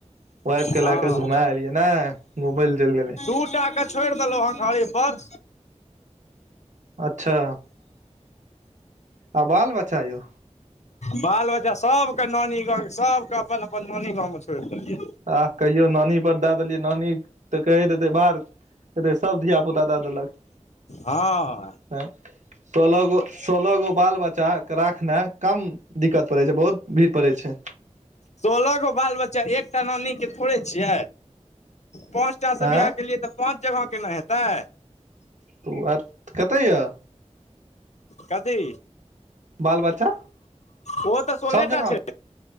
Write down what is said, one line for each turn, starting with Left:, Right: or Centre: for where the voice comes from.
Right: वाइफ के
Left: हँ
Right: लए क घुमा एलियै ने घूमय लए चलि गेलै।
Left: <inaudible> छोइड़ देलो हँ घरे पर।
Right: अच्छा। आ बाल -बच्चा यौ।
Left: बाल- बच्चा सबके नानी गाँव, सबके अपन अपन नानी गाँव मे छोड़ि देलिय।
Right: आ कहियो नानी पर दे देलिय, नानी तऽ कहैत हेत बार ते सब धिया -पुता द देलक।
Left: हँऽ
Right: तें, सोलह गो सोलह गो बाल बच्चा के राखनाय कम दिक्कत पड़े छय, बहुत भीड़ पड़ै छय।
Left: सोलह गो बाल बच्चा, एकटा नानी के थोड़े छिय, पाँच टा से
Right: आँय
Left: बियाह केलियै, त पाँच जगह केन हेतय।
Right: ओ अत कतऽ य।
Left: कथी।
Right: बाल बच्चा,
Left: ओ तऽ सोलेटा
Right: सब जगह,
Left: छै